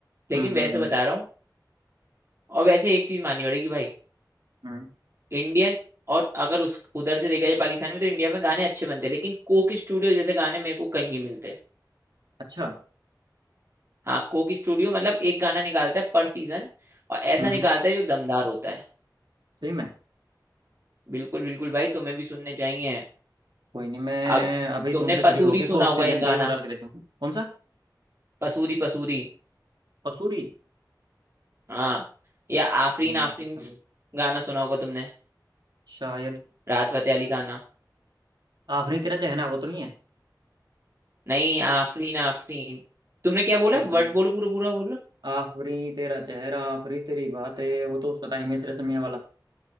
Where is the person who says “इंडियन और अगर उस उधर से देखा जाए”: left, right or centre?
Right